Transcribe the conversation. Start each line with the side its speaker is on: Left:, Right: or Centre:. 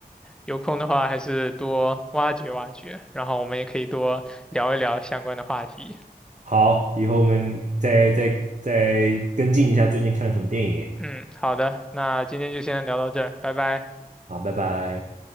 Centre: 有空的话还是多挖掘挖掘，然后我们也可以多聊一聊相关的话题。
Right: 好，以后我们再再再跟进一下最近看了什么电影。
Centre: 嗯，好的，那今天就先聊到这儿，拜拜。
Right: 好，拜拜。